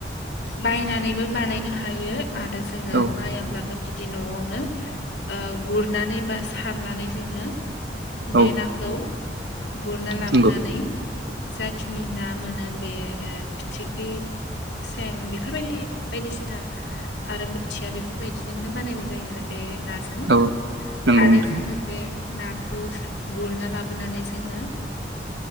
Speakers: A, on the left; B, on the right.
A: बायनानैबो बानायनो हायो आरो जोङो
B: औ
A: बायाब्लाबो बिदि न'आवनो गुरनानै बा सारनानै जोङो बे
B: औ
A: नाखौ गुरना लाबोनानै
B: नंगौ
A: जाखिनि ना मोनो बे फिथिख्रि सें बेफोरबायदि बायदिसिना आरो बोथिया बेफोरबायदि जोंनो बानायनाय जायो आरो बे नाजों
B: औ नंगौ
A: आरो
B: नोंथां
A: जोङो बे नाखौ गुरना लाबोनानै जोङो